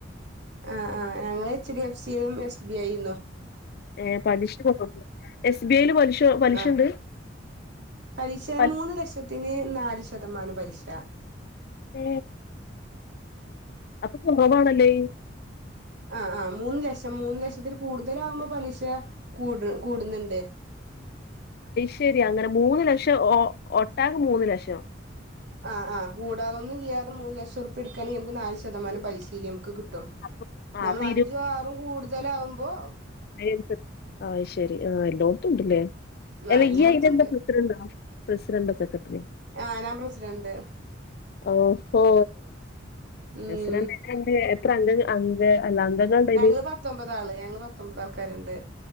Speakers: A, on the right (about 65°); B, on the left (about 55°).
A: ആ ആ ഞങ്ങള് എച്ച് ഡി എഫ് സിന്നും എസ് ബി ഐ ന്നും
B: ഏ പലിശ <unintelligible> എസ് ബി ഐ യിൽ പലിശ പലിശണ്ട്
A: ആഹ് പലിശ
B: പലി
A: മൂന്ന് ലക്ഷത്തിന് നാല് ശതമാനം പലിശ
B: ഏ അപ്പൊ കുറവാണല്ലേ.
A: ആ ആഹ് മൂന്ന് ലക്ഷം മൂന്ന് ലക്ഷത്തിൽ കൂടുതല ആകുമ്പോ പലിശ കൂട് കൂടുന്നുണ്ട്.
B: ശരിയാ അങ്ങനെ മൂന്ന് ലക്ഷം ഓ ഒട്ടാക മൂന്ന് ലക്ഷം.
A: ആഹ ആ കൂടാതൊന്നും ഇല്ലാതെ മൂന്ന് ലക്ഷം ഉറ്പ്യട്ക്കാണെങ്കിൽ നമ്മക്ക് നാല് ശതമാനംപലശീല് കിട്ടും
B: അപ്പൊ ആ
A: നമ്മൾ
B: അപ്പൊ
A: അഞ്ചും ആറും കൂടുതലാകുമ്പോ
B: ഐ എഫ് എസ് സി. ആ് ശരി ആഹ് എല്ലോട്ത്തും ഉണ്ട്ല്ലേ. അല്ല
A: ആഹ് എല്ലായിടത്തും
B: ഇയ്യ് അയ്ലെന്താ
A: ഉണ്ട്
B: പ്രസിഡന്റോ പ്രസിഡന്റോ സെക്രട്ടറിയോ
A: ആഹ് ഞാൻ പ്രസിഡന്റ്
B: ഓഹോ
A: ഉം
B: പ്രസിഡന്റ എത്രണ്ട് എത്രഅംഗങ്ങ അംഗ അല്ല അംഗങ്ങളുണ്ടയില്
A: ഞങ്ങള് പത്തൊമ്പതാള് ഞങ്ങള് പത്തൊമ്പത് ആൾക്കാരുണ്ട്.